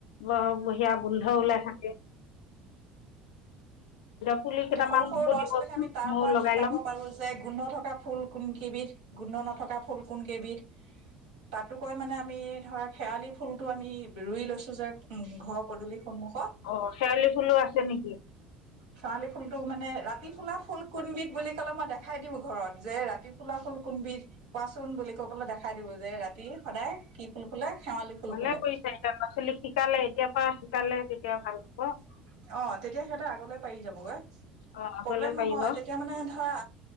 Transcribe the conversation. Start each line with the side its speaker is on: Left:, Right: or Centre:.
Left: ব বহিয়া গোন্ধ ওলাই থাকে। পুলি কেইটামান
Right: এতিয়া সৰু সৰু
Left: মোকো
Right: ল'ৰা-ছোৱালীক
Left: দিবচোন
Right: আমি তাৰ
Left: ময়ো
Right: পৰা
Left: লগাই
Right: শিকাব
Left: ল'ম
Right: পাৰো যে গোন্ধ থকা ফুল কোন কেইবিধ। গোন্ধ নথকা ফুল কোন কেইবিধ তাতোকৈ মানে আমি ধৰা শেৱালি ফুলটো আমি ৰুই লৈছো যে ঘৰৰ পদূলি সন্মুখ
Left: অ শেৱালি ফুলো আছে নিকি?
Right: শেৱালী ফুলটো মানে ৰাতি ফুলা ফুল কোনবিধ বু বুলি কলে মই দেখাই দিওঁ ঘৰত যে ৰাতি ফুলাফুল কোনবিধ কোৱাচোন বুলি কবলে দেখাই দিওঁ যে ৰাতি সদায় কি ফুল ফুলে শেৱালি ফুল
Left: ভালে
Right: ফুলে
Left: কৰিছা এতিয়া ল'ৰা ছোৱালী শিকালে এতিয়াৰ পৰা শিকালে তেতিয়া ভাল। অ'।
Right: অ', তেতিয়া সিহঁতেৰ আগলৈ পাৰি যাবগৈ।
Left: অ আগলৈ
Right: প্ৰব্লেম
Left: পাৰিব
Right: নহয়। তেতিয়া, মানে, ধৰা,